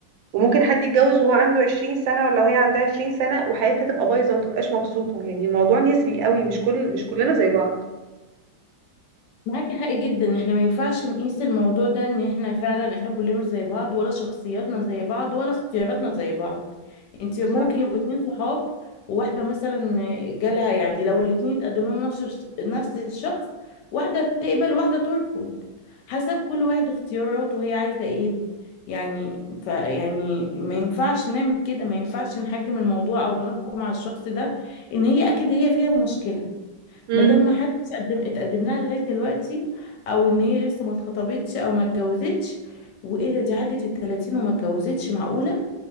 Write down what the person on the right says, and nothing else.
وممكن حد يتجوز وهو عنده 20 سنة ولا وهي عندها 20 سنة وحياتها تبقى بايظة وما تبقاش مبسوطة يعني الموضوع نسبي قوي مش كل مش كلنا زي بعض
بالظبط
امم